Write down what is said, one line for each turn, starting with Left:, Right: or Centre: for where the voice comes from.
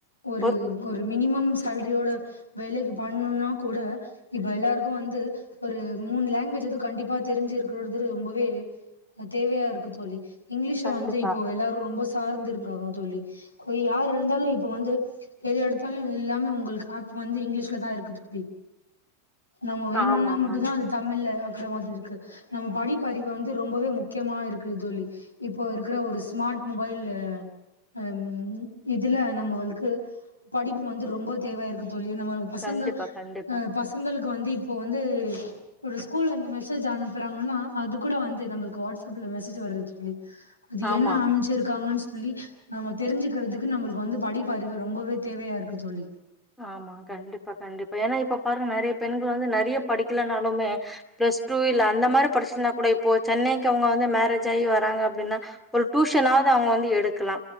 Left: ஒரு
Centre: ஒ
Left: ஒரு மினிமம் ஃசேல்ரியோட வேலைக்கி பண்னொன்னாக் கூட இப்ப எல்லாருக்கு வந்து ஒரு மூணு லாங்குவேஜ் எதும் கண்டிப்பா தெரிஞ்சுருக்கறது ரொம்பவே தேவையா இருக்கு தோழி இங்கிலீஷ்சு
Centre: கண்டிப்பா.
Left: வந்து இப்போ எல்லாரோ ரொம்ப தார்ந்திரு காங்க தோழி கோய் யார் இருந்தாலோ இப்ப வந்து எது எடுத்தாலு எல்லாமே உங்குளுக்கு ஆப் வந்து இங்கிலீஷ்லதா இருக்கு தோழி நம்ம வேணுன்னா
Centre: ஆமாங்க,
Left: மட்டுந்தா
Centre: ஆமா.
Left: அது தமிழ்ல க்கர மாதி இருக்கு நம்ம படிப்பறிவு வந்து ரொம்பவே முக்கியமா இருக்கு தோழி இப்போ இருக்குற ஒரு ஸ்மார்ட் மொபைல் ஆம் இதுல நம்மவாள்க்கு படிப்பு வந்து ரொம்ப தேவையா இரு தோழி நம்ம வ பசங்க
Centre: கண்டிப்பா, கண்டிப்பா.
Left: அ பசங்களுக் கொன்ந்து இப்போ வந்து ஒரு ஸ்கூல்ல இருந்து மெசேஜ் அனுப்புறாங்கன்னா அது கூட வந்து நம்ளுக்கு வாட்ஸ் அப்ல மெசேஜ் வருது தோழி அது
Centre: ஆமா.
Left: என்ன அமிச்சிருக்காங்கன்னு சொ லீ நம்ம தெரிஞ்சுக்கறதுக்கு நம்பளுக்கு வந்து படிப்பறிவு ரொம்பவே தேவையா இருக்கு தோழி
Centre: ஆமா கண்டிப்பா கண்டிப்பா ஏன்னா இப்ப பாருங்க நெறைய பெண்கள் வந்து நெறைய படிக்கலனாலுமே பிளஸ் டூ இல்ல அந்த மாரி படிச்சிருந்தா கூட இப்போ சென்னைக் அவுங்க வந்து மேரேஜ் தை வராங்க அப்டினா ஒரு டியூஷனாவது அவுங்க வந்து எடுக்கலா